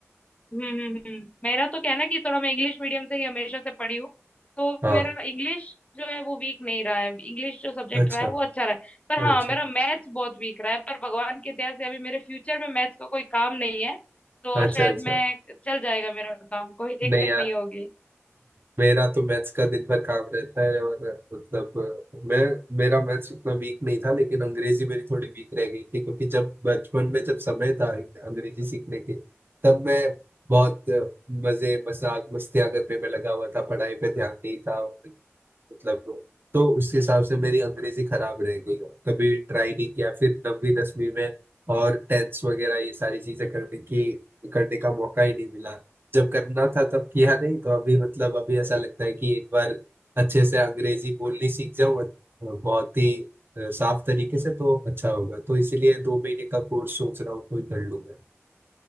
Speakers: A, on the left; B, on the right.
A: हम्म हम्म हम्म। मेरा तो कहना है कि थोड़ा मैं इंग्लिश मीडियम से ही हमेशा से पढ़ी हूँ तो
B: हाँ
A: मेरा इंग्लिश जो है वो वीक नहीं रहा है इंग्लिश जो सब्जेक्ट
B: अच्छा
A: रहा है वो अच्छा रहा है पर
B: अच्छा
A: हाँ मेरा मैथ्स बहुत वीक रहा है पर भगवान की दया से अभी मेरे फ्यूचर में मैथ्स का कोई काम नहीं है तो
B: अच्छा
A: शायद
B: अच्छा
A: मैं चल जाएगा मेरा काम कोई दिक्कत
B: नहीं यार
A: नहीं होगी
B: मेरा तो मैथ्स का दिन भर काम रहता है और मतलब अ, मैं मेरा मैथ्स उतना वीक नहीं था लेकिन अंग्रेजी मेरी थोड़ी वीक रह गई थी क्योंकि जब बचपन में जब समय था अंग्रेजी सीखने के तब मैं बहुत अ, मजे मजाक मस्तियां करने में लगा हुआ था पढ़ाई पे ध्यान नहीं था और मतलब तो उस हिसाब से मेरी अंग्रेजी खराब रह गई और कभी ट्राई नहीं किया फिर नवीं दसवीं में और टेंस वगैरह ये सारी चीजें करने की करने का मौका ही नहीं मिला जब करना था तब किया नहीं तो अभी मतलब अभी ऐसा लगता है कि एक बार अच्छे से अंग्रेजी बोलनी सीख जाऊं अ, बहुत ही अ, साफ तरीके से तो अच्छा होगा तो इसीलिए दो महीने का कोर्स सोच रहा हूँ कोई कर लूंगा